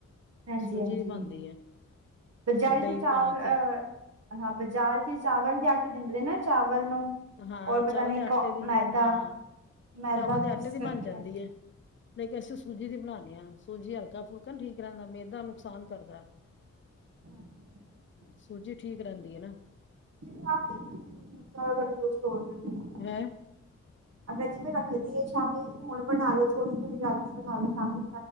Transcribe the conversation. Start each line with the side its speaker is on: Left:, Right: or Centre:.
Right: ਹਾਂਜੀ-ਹਾਂਜੀ
Left: ਸੂਜੀ ਦੀ ਬਣਦੀ ਐ
Right: ਬਜਾਰੀ
Left: ਉਹ ਦਹੀਂ
Right: ਤੇ ਚਾਵਲ
Left: ਪਾ ਕੇ
Right: ਅਹ ਹਾਂ ਬਾਜ਼ਾਰ ਚ ਚਾਵਲ ਦੇ ਆਟੇ ਦਿੰਦੇ ਨੇ ਨਾ ਚਾਵਲ ਨੂੰ।
Left: ਹਾਂ
Right: ਔਰ ਪਤਾ
Left: ਚਾਵਲ
Right: ਨਹੀਂ
Left: ਦੇ ਆਟੇ
Right: ਕ
Left: ਦੀ
Right: ਮੈਦਾ
Left: ਹਾਂ,
Right: ਮੈਦਾ
Left: ਚਾਵਲ
Right: ਮਿਕਸ
Left: ਦੇ ਆਟੇ ਦੀ
Right: ਕਰਕੇ
Left: ਬਣ ਜਾਂਦੀ ਹੈ। ਲੇਕਿ ਅਸੀਂ ਸੂਜੀ ਦੀ ਬਣਾਉਂਦੇ ਹਾਂ, ਸੂਜੀ ਹਲਕਾ ਫੁਲਕਾ ਠੀਕ ਰਹਿੰਦਾ, ਮਿਹ ਦਾ ਨੁਕਸਾਨ ਕਰਦਾ।
Right: <unintelligible>
Left: ਸੂਜੀ ਠੀਕ ਰਹਿੰਦੀ ਹੈ ਨਾ,
Right: ਮਤਲਬ ਸਾਡੇ ਦੋਸਤ ਹੋ ਜਾਂਦੇ ਆ।
Left: ਹੈਂ
Right: ਅਗਰ ਜਿਵੇਂ ਰੱਖਦੀਏ ਸ਼ਾਮ ਹੁਣ ਬਣਾਲੋ ਥੋੜੀ-ਥੋੜੀ ਰਾਤੀ ਬਣਾਲੋ ਸ਼ਾਮੀ